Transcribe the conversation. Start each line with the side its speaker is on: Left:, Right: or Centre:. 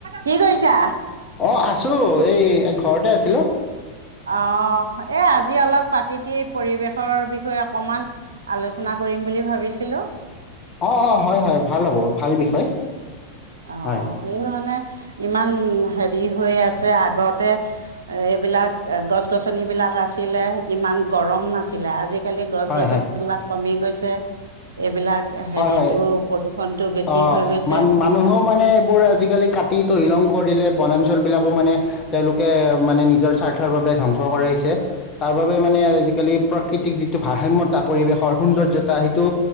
Right: কি কৰিছা?
Left: অ আছো এই ঘৰতে আছিলো
Right: অ', এই আজি অলপ প্ৰাকৃতিৰ পৰিৱেশৰ বিষয়ে অকমান আলোচনা কৰিম বুলি ভাবিছিলো
Left: অ অ হয় হয় ভাল হ'ব ভাল বিষয়
Right: অ
Left: হয়
Right: এইৰ মানে ইমান হেৰি হৈ আছে আগতে এইবিলাক গছ গছনি বিলাক আছিলে ইমান গৰম নাছিলে আজি আজিকালি গছ
Left: হয়
Right: গছনিবিলাক
Left: হয়
Right: কমি গৈছে এইবিলাক হেৰিটো
Left: হয় হয়
Right: প্ৰদূষণটো বেছি
Left: অ
Right: হৈ গৈছে
Left: মান মানুহও মানে এইবোৰ আজিকালি কাটি তহিলং কৰিলে বনাঞ্চল বিলাকো মানে তেওঁলোকে মানে নিজৰ স্বাৰ্থৰ বাবে ধ্বংস কৰাইছে তাৰ বাবে মানে আজিকালি প্ৰাকৃতিক যিটো ভাৰসাম্যতাৰ পৰিৱেশৰ সুন্দৰ্য্যতা সেইটো